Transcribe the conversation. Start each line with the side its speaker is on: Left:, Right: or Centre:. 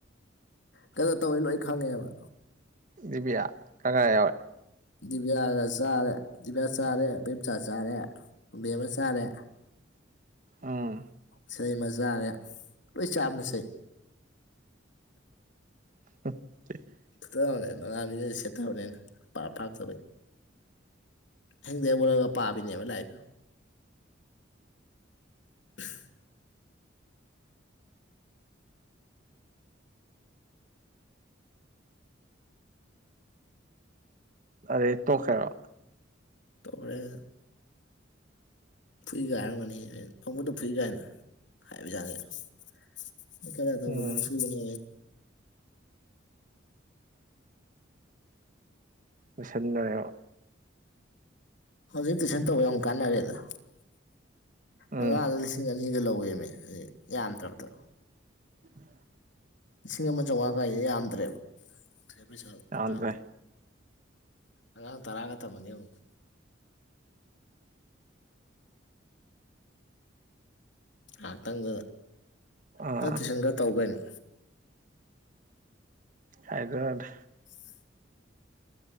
Left: ꯈꯔꯖꯨ ꯇꯧꯋꯦ ꯂꯣꯏ ꯈꯪꯉꯦꯕ
Right: ꯗꯤꯕꯤꯌꯥ ꯀꯪꯒ꯭ꯔꯥ ꯌꯥꯎꯋꯦ
Left: ꯗꯤꯕꯤꯌꯥꯒ ꯆꯥꯔꯦ ꯗꯤꯕꯤꯌꯥ ꯆꯥꯔꯦ ꯏꯕꯦꯝꯆꯥ ꯆꯥꯔꯦ ꯕꯦꯝꯃ ꯆꯥꯔꯦ
Right: ꯎꯝ
Left: ꯁꯤꯂꯩꯃ ꯆꯥꯥꯔꯦ ꯂꯣꯏ ꯆꯥꯕꯅ ꯆꯩ
Right: <inaudible>
Left: <unintelligible> ꯁꯦꯠꯊꯕꯅꯦ ꯑꯩꯅ ꯄꯥꯔꯥ ꯐꯥꯔꯛꯇꯕꯩ ꯑꯍꯤꯡꯗꯩ ꯍꯧꯒꯠꯔꯒ ꯄꯥꯕꯤꯅꯦꯕ ꯂꯥꯏꯔꯤꯀ <inaudible>
Right: ꯑꯗꯩ ꯇꯣꯛꯈꯦꯔꯣ
Left: ꯇꯣꯛꯈ꯭ꯔꯦ ꯑꯗꯨꯝ ꯐꯨꯏꯒ ꯍꯥꯏꯔꯝꯒꯅꯤ ꯑ ꯐꯪꯕꯗ ꯐꯨꯏ ꯀꯥꯏꯅ ꯍꯥꯏꯕ ꯌꯥꯥꯅꯤ ꯑꯩꯀꯦꯕ
Right: ꯎꯝ
Left: ꯊꯨꯕꯅ
Right: ꯂꯣꯏꯁꯤꯟꯅꯔꯦ
Left: ꯍꯧꯖꯤꯛ ꯇꯨꯏꯁꯟ ꯇꯧꯕ ꯌꯥꯝ ꯀꯥꯟꯅꯔꯦ ꯑꯗ
Right: ꯎꯝ
Left: ꯑꯉꯥꯡꯗ ꯂꯤꯁꯤꯡ ꯑꯅꯤ ꯑꯅꯤꯒ ꯂꯧꯋꯦꯃꯦ ꯌꯥꯝꯗ꯭ꯔꯕꯗꯣ
Right: ꯎꯝ
Left: ꯂꯤꯁꯤꯡ ꯑꯃ ꯆꯥꯝꯃꯉꯥ ꯀꯥꯏꯁꯦ ꯌꯥꯝꯗ꯭ꯔꯦꯕ ꯄꯩꯁꯥ
Right: ꯌꯥꯗ꯭ꯔꯦ
Left: ꯑꯉꯥꯡꯗ ꯑꯉꯥꯡ ꯇꯔꯥꯒ ꯇꯝꯃꯅꯤ ꯑꯃꯨꯛ ꯉꯥꯏꯍꯥꯛꯇꯪꯗꯨꯗ
Right: ꯑꯥ
Left: ꯅꯪ ꯇꯨꯏꯁꯟ ꯈꯔ ꯇꯧꯒꯩꯅꯣ
Right: ꯍꯥꯏꯒ꯭ꯔꯗ
Left: <unintelligible>